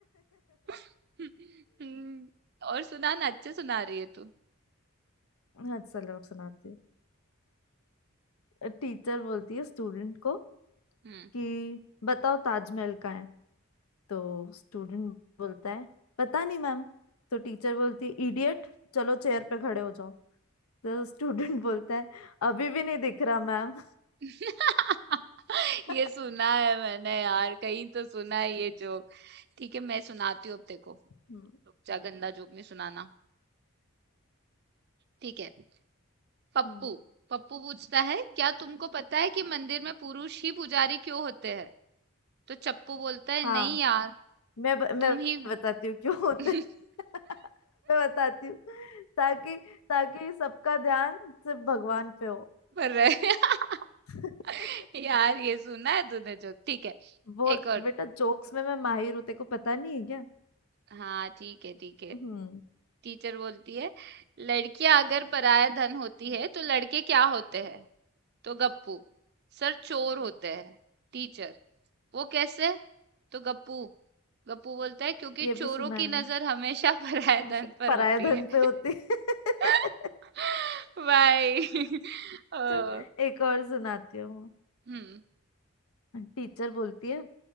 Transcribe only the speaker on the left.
हाँ चलो अब सुनाती हूँ टीचर बोलती है स्टूडेंट को
कि बताओ ताजमहल कहाँ है तो स्टूडेंट बोलता है पता नहीं मैम तो टीचर बोलती है इडियट चलो चेयर पे खड़े हो जाओ तो स्टूडेंट <laughs> बोलता है अभी भी नहीं दिख रहा मैम
<laughs>
हम्म,
हम्म,
हाँ
मैं ब, मैं
बताती हूँ क्यों होते
हैं। <laughs> मैं बताती हूँ ताकि ताकि सबका ध्यान सिर्फ भगवान पे हो
<laughs>
वो
बेटा जोक्स में मैं माहिर हूँ तेरे को पता नहीं है क्या
हम्म
ये भी
सुना है
मैंने
श-
पराये
धन
पे होती है। <laughs>
तो एक और सुनाती हूँ
टीचर बोलती है